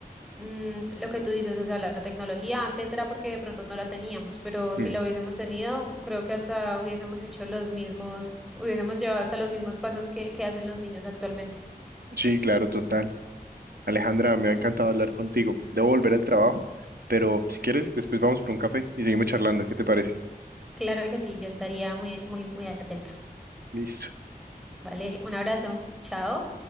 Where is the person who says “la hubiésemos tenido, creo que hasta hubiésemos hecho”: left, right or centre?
Centre